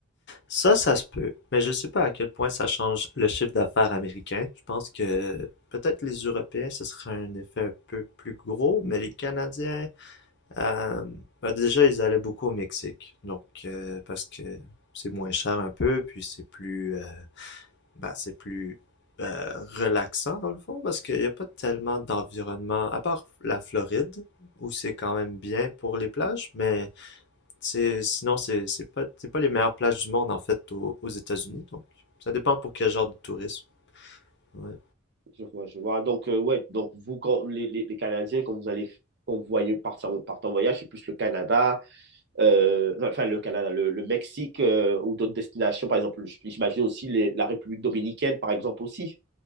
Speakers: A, on the left; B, on the right.
A: Ça, ça se peut, mais je sais pas à quel point ça change le chiffre d'affaires américain. Je pense que peut-être les Européens, ce serait un effet un peu plus gros, mais les Canadiens, euh, bah déjà, ils allaient beaucoup au Mexique, donc euh, parce que c'est moins cher un peu, puis c'est plus, euh, bah, c'est plus euh, relaxant dans le fond, parce qu'il n'y a pas tellement d'environnement, à part la Floride, où c'est quand même bien pour les plages, mais c'est, sinon, c'est, c'est pas, c'est pas les meilleures plages du monde, en fait, aux, aux États-Unis. Donc, ça dépend pour quel genre de tourisme. Ouais.
B: Je vois, je vois. Donc, euh, ouais, donc vous, quand, les, les, les Canadiens, quand vous allez quand vous voyez partir, en partir en voyage, c'est plus le Canada, euh, enfin enfin, le Canada, le, le Mexique euh, ou d'autres destinations, par exemple, j'imagine aussi les- la République dominicaine, par exemple, aussi.